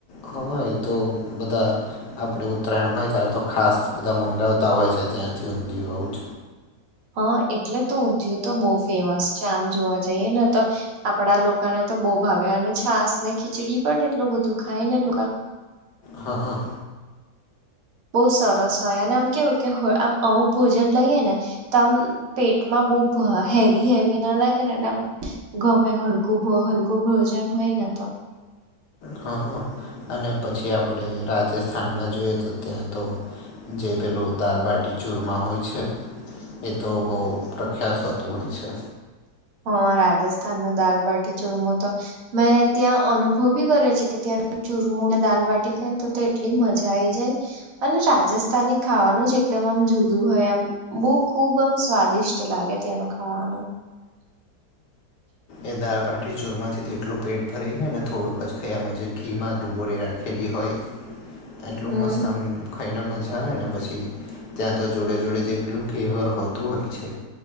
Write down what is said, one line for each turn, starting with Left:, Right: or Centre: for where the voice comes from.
Left: હા એ તો બધા આપડે ઉત્તરાયણ હોય ત્યારે તો ખાસ બધા મંગાવતા હોય છે ત્યાંથી ઊંધિયુ જ
Right: હા એટલે તો ઊંધિયું તો બહુ ફેમસ છે આમ જોવા જઈએ ને તો આપડા લોકોને તો બહુ ભાવે અને છાસ ને ખીચડી પણ એટલું બધું ખાય ને લોકો.
Left: હા હા.
Right: બહુ સરસ હોય અને આમ કેવું કે આમ આવું ભોજન લઈએ ને. તમ પેટમાં બહ હેવી હેવી ના લાગે ને. ગમે હલકું હલકું ભોજન હોય ને તો.
Left: હ હ અને પછી આપણે રાજસ્થાનમાં જોઈએ તો ત્યાં તો. જે પેલું દાલબાટી ચૂરમાં હોય છે. એ તો બહુ પ્રખ્યાત હોતું હોય છે.
Right: હ રાજસ્થાન ન દાલબાટી ચુરમું તો. મેં ત્યાં અનુભવ બી કર્યો છે કે ત્યાં ચુરમુ અને દાલબાટી ખાય ને તો એટલી મજા આઈ જાય. અને રાજસ્થાની ખાવાનું જ એકદમ આમ જુદું હોય એમ. બહુ ખુબ આમ સ્વાદિષ્ટ લાગે ત્યાંનું ખાવાનું. <unintelligible> <inaudible>
Left: એ દળ પાટી ચૂરમાથી તેટલું પેટ ભરાઈ જાય ને થોડુંક જ ખયામાં ઘી માં ડુબોરી રાખી. ખેદી હોય.
Right: <unintelligible> <inaudible>
Left: એટલોું
Right: હમ
Left: મસ્તમ. ખાઈને મજા આવેય ને પછી ત્યાં તો જોડે જોડે જેઈ પેલું ઘેવર હોતું હોય છે.